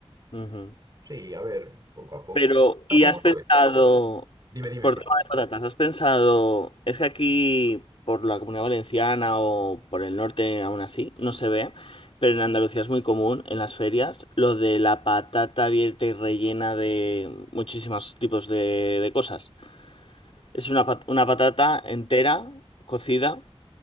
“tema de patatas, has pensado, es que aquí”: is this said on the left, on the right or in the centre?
Left